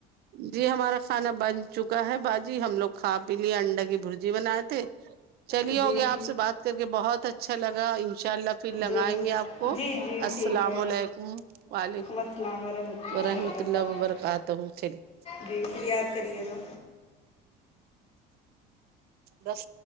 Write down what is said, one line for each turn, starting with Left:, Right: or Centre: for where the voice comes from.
Right: جی ہمارا کھانا بن چکا ہے باجی ہم لوگ کھا پی لیے انڈا کی برجی بنائے تھے چلیے
Left: جی
Right: آپ سے بات کر کے بہت اچھا لگا ان شاء اللہ پھر لگائیں
Left: جی
Right: گے آپ کو
Left: جی جی
Right: السلام
Left: ٹھیک ہے
Right: علیکم ہ وعلیکم
Left: السلام ورحمۃ اللہ
Right: وورحمۃ
Left: وبرکاتہ
Right: اللہ وبرکاتہ چلیے
Left: جی پھر یاد کریے گا
Right: بس